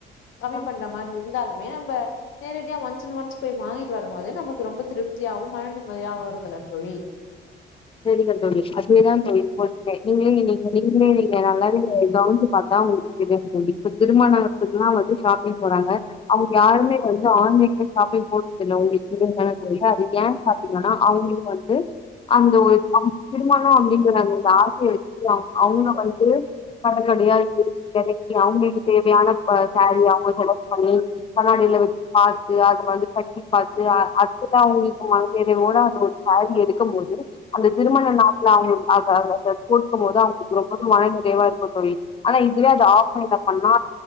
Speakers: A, on the left; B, on the left.
A: தோழி
B: கம்மி பண்ற மாரி இருந்தாலுமே நம்ப நேரடியா ஒன்ஸ் அண்ட் ஒன்ஸ் போய் வாங்கிட்டு வரமோது நமக்கு ரொம்ப திருப்தியாவும் மன நிம்மதியாவும் இருக்குல்ல தோழி
A: செரிங்க தோழி அதுவேதா தோழி இப்போ நீங்க எதுவுமே நீங்க எதுவுமே நீங்க நல்லாவே கவஞ்சி பாத்தா உங்களுக்கு தெரியும் தோழி இப்ப திருமணத்து இதா அவுங்களுக்கு ஷாப்பிங் போறாங்க அவுங்க யாருமே வந்து ஆன்லைன்ல ஷாப்பிங் போறதில்ல உங்களுக்கு தெரியாதா தோழி அது ஏன் பாத்தீங்கன்னா அவுங்களுக்கு வந்து அந் இந்த ஒரு திருமணம் அப்டிங்கிற அந்த ஆசயை வச்சிட்டு அவு அவுங்க வந்துட்டு கடக்கடயா ஏறி எறங்கி அவுங்களுக்கு தேவையான இப்ப சேரி அவுங்க செலக்ட் பண்ணி பண்ணாலில பாத்து அத வந்து கட்டி பாத்து அதுதா அவுங்களுக்கு மன நிறைவோட அந்த ஒரு சேரீ எடுக்க முடியாது அந்த திருமண நாட்ள அவுங்க அத அந்த அத போட்டுக்கமோது அவுங்களுக்கு ரொம்பமு மன நிறைவா இருக்கும் தோழி ஆனா இதுவே அது ஆஃப் நீ கட் பண்ணா